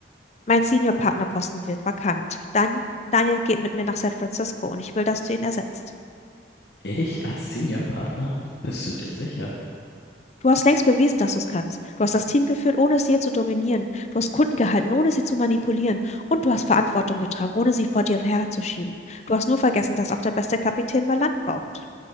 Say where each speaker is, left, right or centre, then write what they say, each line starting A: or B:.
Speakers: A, on the left; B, on the left.
A: Mein Senior-Partnerposten wird vakant. Dann Daniel geht mit mir nach San Francisco und ich will, dass du ihn ersetzt.
B: Ich als Seniorpartner? Bist du dir sicher?
A: Du hast längst bewiesen, dass du es kannst. Du hast das Team geführt, ohne es je zu dominieren. Du hast Kunden gehalten, ohne sie zu manipulieren. Und du hast Verantwortung getragen, ohne sie vor dir herzuschieben. Du hast nur vergessen, dass auch der beste Kapitän mal Land braucht.